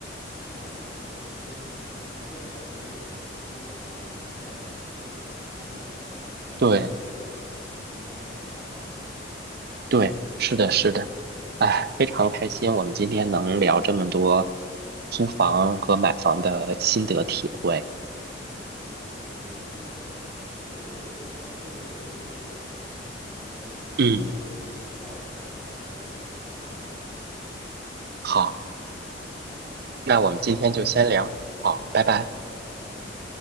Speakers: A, on the left; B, on the right.
A: 是这样的，所以其实呃，如果你在公寓里面住，你租房的话，你就不需要担心这个问题；那你买房的话，你就要担心这个问题，
B: 对
A: 就是你的自己的安全安保问题。
B: 对，是的，是的。
A: 嗯
B: 哎，非常开心，我们今天能聊这么多租房和买房的心得体会。
A: 嗯，是这样的，所以租房跟买房各有各缺，呃，各有优势，各有缺点吧。反正选择自己想要的，
B: 嗯，
A: 然后适合你自己的方案就好了。
B: 好，
A: 好，那我们改天再聊喽。
B: 那我们今天就先聊，好，
A: 嗯，
B: 拜拜。
A: 拜拜。